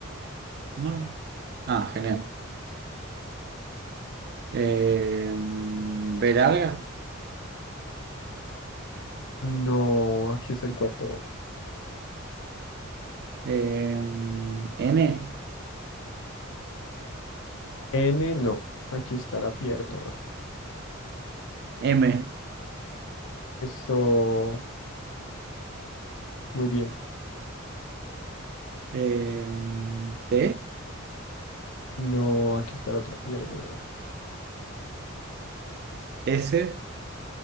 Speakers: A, on the right; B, on the left.
A: No. Ah, genial. eh, B larga,
B: No, aquí está el cuerpo.
A: eh, N,
B: N, no. Aquí está la pierna.
A: M,
B: Eso, muy bien.
A: eh, T,
B: No, aquí está la otra pierna.
A: S,